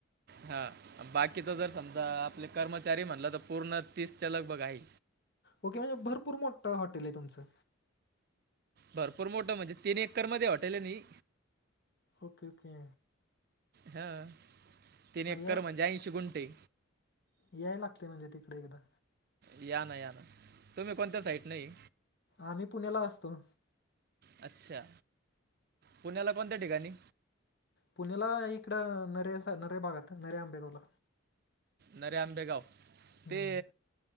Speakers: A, on the right; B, on the left.
A: हा बाकीचा जर समजा आपले कर्मचारी म्हणलं, तर पूर्ण तीसच्या लगभग आहे.
B: ओके म्हणजे भरपूर मोठं हॉटेल आहे तुमचं.
A: भरपूर मोठं म्हणजे, तीन एकरमध्येध्ये हॉटेल आहे नाही.
B: Okay okay.
A: हं. तीन
B: हां
A: एकर म्हणजे ऐंशी गुंटे.
B: यायला लागतंय म्हणजे, तिकड एकदा.
A: या ना, या ना तुम्ही कोणत्या साईट नये.
B: आम्ही पुण्याला असतो.
A: अच्छा! पुण्याला कोणत्या ठिकाणी?
B: पुण्याला इकडं नरे, नरे भागात नरे आंबेगावला.
A: नरे आंबेगाव
B: हम्म.
A: ते.